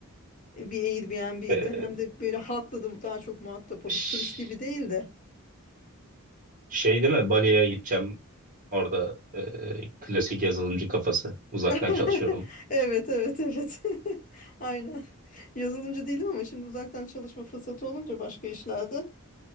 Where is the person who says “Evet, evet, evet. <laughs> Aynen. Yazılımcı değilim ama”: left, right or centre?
Left